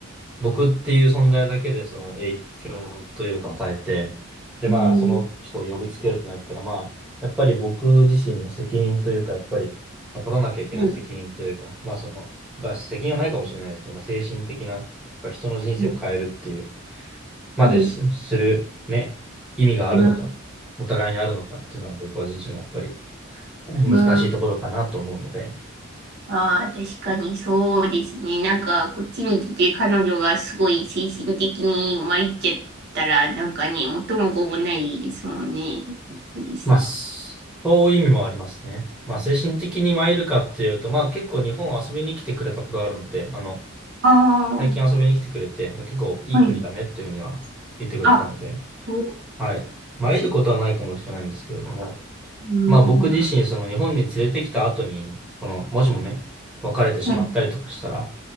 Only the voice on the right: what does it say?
うん、
は
い。
はい。
うん、
うん。ああ確かにそうですね。なんか、こっちに来て彼女がすごい精神的に参っちゃったら、なんかね、元も子もないですもんね。そうですね。
あ
あはい。あ、そうで
す。うん。
はい